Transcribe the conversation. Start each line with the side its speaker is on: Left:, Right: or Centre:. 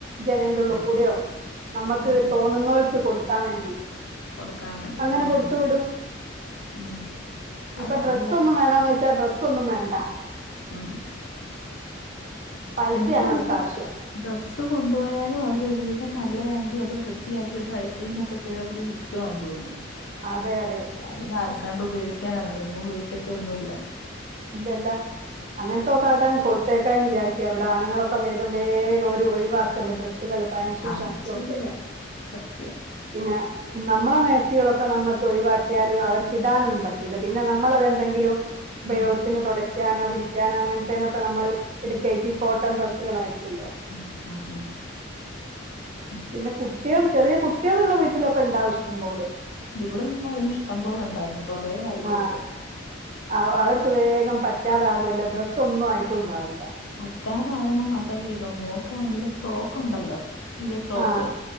Right: ജനലിന്റെ ഉള്ളിൽ
Left: പറ്റും
Right: കൂടിയോ നമുക്ക്
Left: ഉം ഉം
Right: തോന്നുന്നോൽക്ക് കൊടുക്കാൻ വേണ്ടി
Left: കൊടുക്കാൻ വേണ്ടി
Right: അങ്ങനെ
Left: ഉം
Right: കൊടുത്തു വിടും
Left: ഉം
Right: ഇപ്പൊ
Left: അതാ
Right: ഡ്രെസ്
Left: നല്ലെ
Right: ഒന്നും വേണോന്ന് ച ഡ്രസ്സ് ഒന്നും വേണ്ട
Left: ഉം
Right: പൈസയാണ്
Left: എനിക്ക്തോന്ന്
Right: അവർക്ക്
Left: ഇപ്പ
Right: ആവശ്യം
Left: ഡ്രസ്സ് കൊണ്ടു പോയാലും അവര് ഒരുവിധം നല്ലയാങ്കി അത് വൃത്തിയാക്കി ഡ്രൈ ക്ലീൻ ഒക്കെ ചെയ്തവര് വി ക്കുവാ തോന്നുന്നു
Right: അതെ അതെ
Left: അയിനാർക്കാണ്ട് ഉപയോഗിക്കാനാ അവരൊങ്ങും ഉപയോഗിക്കത്തൊന്നുഇല്ല
Right: ഇല്ല ഇല്ല അങ്ങനത്തൊക്കെ ആട്ടാ കൊടുത്തേകാന് വിചാരിക്ക ഇവിടെ ആണ്ങ്ങളൊക്കെ വേഗം വേഗം ഓര് ഒഴിവാക്കല് ഡ്രസ്സുകള് പാൻസും
Left: ആഹ്
Right: ഷർട്ടും
Left: ശരിയാ
Right: ഒക്കെ
Left: സത്യം
Right: പിന്ന നമ്മള മാക്സികളൊക്കെ നമ്മക്ക് ഒഴിവാക്കിയാല് അവർക്ക് ഇടാനൊന്നും പറ്റൂല്ല പിന്നെ നമ്മളത് എന്തെങ്കിലും ഉപയോഗത്തിന്
Left: ഉം
Right: തൊട ക്കാനോ പിടിക്കാനോ അങ്ങനത്തേനൊക്കെ നമ്മള് എടുക്കാരിക്കും ഈ കോട്ടൺ ഡ്രസ്സുകളാരിക്ക്ല്ലോ
Left: ഉം ഉം ഉം ഉം
Right: പിന്നെ കുട്ടികള് ചെറിയ കുട്ടികളുള്ള വീട്ടിലൊക്കെ ഉണ്ടാവും ഇഷ്ടം പോലെ
Left: ഇവിടെ ഉണ്ടാരുന്നു ഇഷ്ടം പോലെ ഉണ്ടാരുന്നു കൊറേ വാരി
Right: ആ
Left: കൊടുത്ത്
Right: ആ അവർക്ക് വേഗം പറ്റാതാവൂഅല്ലോ ഡ്രസ്സ് ഒന്നും ആയിട്ടും ഉണ്ടാവൂല്ല
Left: പറ്റാതാവുന്ന മാത്രഅല്ല ഇവ മോക്ക് ആങ്കില് സ്റ്റോക്ക് ഉണ്ടല്ലോ വല്യ ഫ്രോക്ക്
Right: ആ